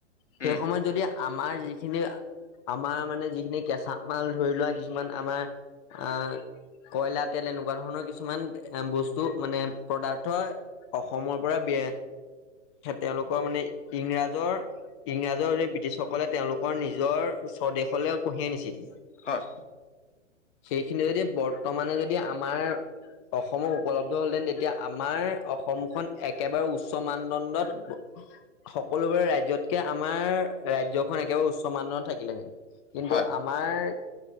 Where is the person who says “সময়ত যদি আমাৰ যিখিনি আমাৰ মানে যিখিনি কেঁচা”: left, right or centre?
Left